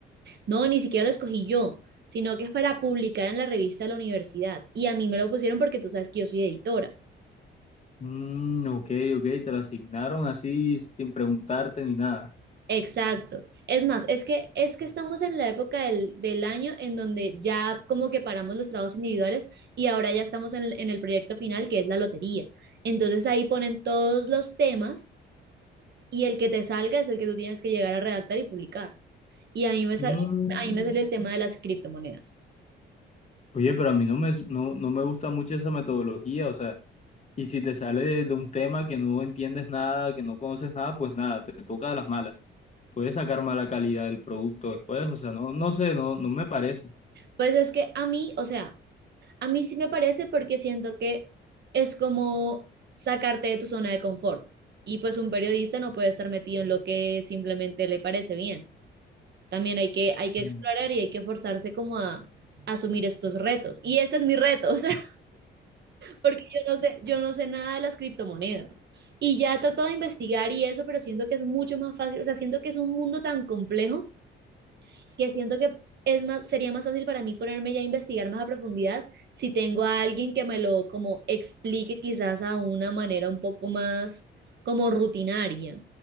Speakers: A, on the right; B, on the left.
A: No, ni siquiera lo escogí yo, sino que es para publicar en la revista de la universidad y a mí me lo pusieron porque tú sabes que yo soy editora.
B: Mm, ok, ok, te lo asignaron así sin preguntarte ni nada.
A: Exacto. Es más, es que, es que estamos en la época del, del año en donde ya como que paramos los trabajos individuales y ahora ya estamos en, en el proyecto final que es la lotería. Entonces ahí ponen todos los temas y el que te salga es el que tú tienes que llegar a redactar y publicar. Y a mí me sal-
B: Mm,
A: a mí me salió el tema de las criptomonedas.
B: Oye, pero a mí no me, no, no me gusta mucho esa metodología, o sea, y si te sale de, de un tema que no entiendes nada, que no conoces nada, pues nada, te toca a las malas. Puedes sacar mala calidad del producto después, o sea, no, no sé, no, no me parece.
A: Pues es que a mí, o sea, A mí sí me parece porque siento que es como sacarte de tu zona de confort. Y pues un periodista no puede estar metido en lo que simplemente le parece bien. También hay que, hay que explorar
B: Mm.
A: y hay que forzarse como a, a asumir estos retos. Y este es mi reto, <laughs> o sea, porque yo no sé, yo no sé nada de las criptomonedas. Y ya he tratado de investigar y eso, pero siento que es mucho más fácil, o sea, siento que es un mundo tan complejo que siento que es más, sería más fácil para mí ponerme ya a investigar más a profundidad si tengo a alguien que me lo como explique quizás a una manera un poco más como rutinaria